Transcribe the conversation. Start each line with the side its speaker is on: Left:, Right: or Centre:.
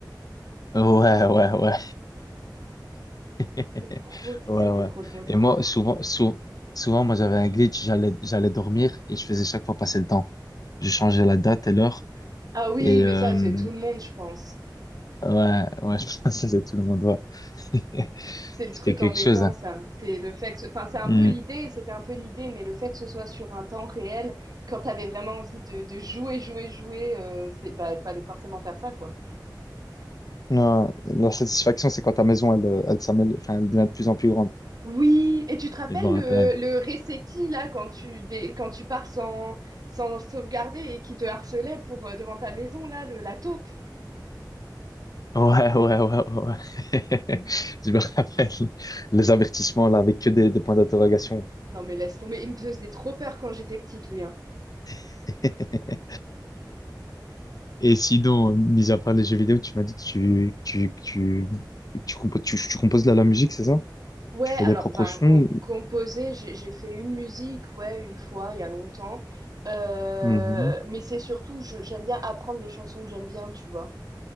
Left: Ouais, ouais, ouais. <laughs>
Right: C'est trop,
Left: Ouais,
Right: c'était
Left: ouais.
Right: trop drôle.
Left: Et moi, souvent, sou- souvent, moi, j'avais un glitch, j'allais, j'allais dormir et je faisais chaque fois passer le temps. Je changeais la date et l'heure.
Right: Ah oui,
Left: Et
Right: mais
Left: euh,
Right: ça, c'est tout le monde, je pense.
Left: ouais, ouais, <laughs> je pense que tout le monde, voit <laughs>
Right: C'est le
Left: C'était
Right: truc
Left: quelque
Right: embêtant,
Left: chose, hein.
Right: ça. C'est le fait que, ce- enfin, c'est un
Left: Mm.
Right: peu l'idée, c'était un peu l'idée, mais le fait que ce soit sur un temps réel, quand t'avais vraiment envie de, de jouer, jouer, jouer, euh, c'est, bah, il fallait forcément faire ça, quoi.
Left: Ouais, la satisfaction, c'est quand ta maison, elle, euh, elle, s'amène- enfin, elle devient de plus en plus grande.
Right: Oui, et tu te rappelles
Left: Je me rappelle.
Right: le, le Resetti, là, quand tu, dé- quand tu pars sans, sans sauvegarder et qui te harcelait pour, euh, devant ta maison, là, le, la taupe.
Left: Ouais, ouais, ouais, ouais, ouais. <laughs> Je me rappelle les avertissements là avec que des, des points d'interrogation.
Right: Non, mais laisse tomber, il me faisait trop peur quand j'étais petite, lui, hein.
Left: <laughs> Et sinon, euh, mis à part les jeux vidéo, tu m'as dit que tu, que tu, que tu, que tu, compo- tu, tu composes de la, la musique, c'est ça?
Right: Ouais,
Left: Tu
Right: alors,
Left: fais des propres
Right: ben,
Left: sons?
Right: com-
Left: ou-
Right: composer, j'ai j'ai fait une musique, ouais, une fois, il y a longtemps. Euh,
Left: Mhm.
Right: mais c'est surtout, je- j'aime bien apprendre des chansons que j'aime bien, tu vois,